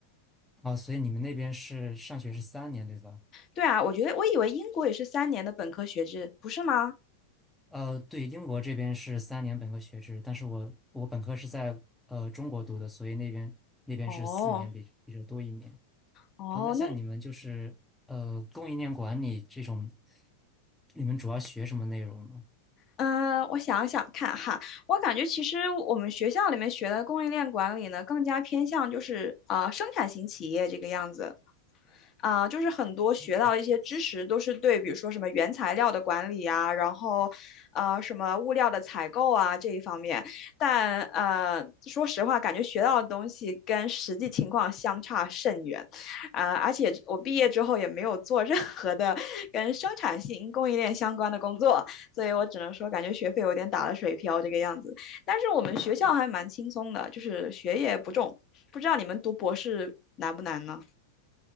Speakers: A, in the centre; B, on the left.
A: 啊，所以你们那边是上学是三年，对吧？
B: 对啊，我觉得我以为英国也是三年的本科学制，不是吗？
A: 呃，对，英国这边是三年本科学制，但是我我本科是在呃中国读的，所以那边那边是四年比，
B: 哦。
A: 比这多一年。
B: 哦，
A: 呃，那像你们就是呃供应链管理这种，
B: 那
A: 你们主要学什么内容呢？
B: 嗯，我想想看哈，我感觉其实我们学校里面学的供应链管理呢，更加偏向就是啊、呃生产型企业这个样子。啊，就是很多学到一些知识都是对，
A: 工程体系
B: 比如说什么原材料的管理啊，然后，呃，什么物料的采购啊这一方面，但呃，说实话，感觉学到的东西跟实际情况相差甚远，啊、而且我毕业之后也没有做任何的跟生产性供应链相关的工作，所以我只能说，感觉学费有点打了水漂这个样子。但是我们学校还蛮轻松的，就是学业不重，不知道你们读博士难不难呢？